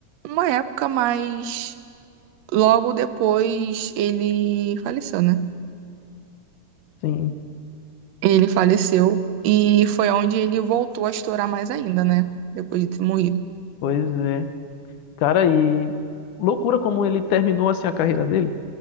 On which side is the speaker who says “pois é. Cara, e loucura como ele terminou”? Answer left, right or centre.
Left